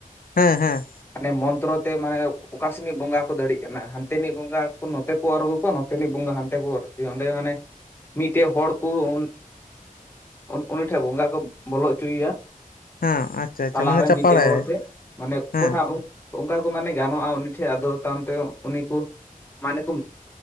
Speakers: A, on the left; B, on the left.
A: ᱦᱮᱸ ᱦᱮᱸ
B: ᱦᱟᱱᱮ ᱢᱚᱱ ᱛᱨᱚ ᱛᱮ ᱢᱟᱱᱮ ᱚᱠᱟᱥᱮᱱᱤᱡ ᱵᱚᱸᱜᱟ ᱠᱚ ᱫᱟᱲᱮᱜ ᱠᱟᱱᱟ ᱦᱟᱱᱛᱮᱱᱤᱡ ᱵᱚᱸᱜᱟ ᱠᱚ ᱱᱚᱛᱮ ᱠᱚ ᱚᱨ ᱟᱜᱩ ᱠᱚᱣᱟ ᱱᱚᱛᱮᱱᱤᱡ ᱵᱚᱸᱜᱟ ᱦᱟᱱᱛᱮ ᱠᱚ ᱚᱨ ᱚᱸᱰᱮ ᱢᱟᱱᱮ ᱢᱤᱫᱴᱮᱡ ᱦᱚᱲ ᱠᱚ <inaudible> ᱩᱱ ᱩᱱᱤ ᱴᱷᱮᱱ ᱵᱚᱸᱜᱟ ᱠᱚ ᱵᱚᱞᱚ ᱚᱪᱚᱭᱮᱭᱟ
A: ᱦᱮᱸ ᱟᱪᱪᱷᱟ ᱟᱪᱪᱷᱟ
B: ᱛᱟᱞᱟᱨᱮ
A: ᱢᱟᱱᱮ ᱪᱟᱯᱟᱲᱟᱭᱟᱭ
B: ᱢᱤᱫᱴᱮᱡ ᱦᱚᱲ ᱴᱷᱮᱱ ᱢᱟᱱᱮ ᱚᱠᱚᱴᱟᱜ
A: ᱦᱮᱸ
B: ᱚᱱᱠᱟ ᱠᱚ ᱢᱟᱱᱮ ᱜᱟᱱᱚᱜᱼᱟ ᱩᱱᱤ ᱴᱷᱮᱡ ᱟᱫᱚ ᱛᱟᱭᱚᱢ ᱛᱮ ᱩᱱᱤ ᱠᱚ ᱢᱟᱱᱮ ᱠᱚ